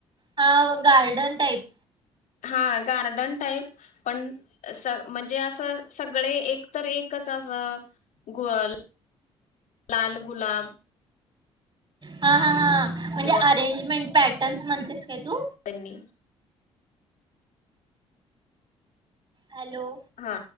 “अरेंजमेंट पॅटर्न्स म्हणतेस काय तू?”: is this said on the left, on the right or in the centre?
Right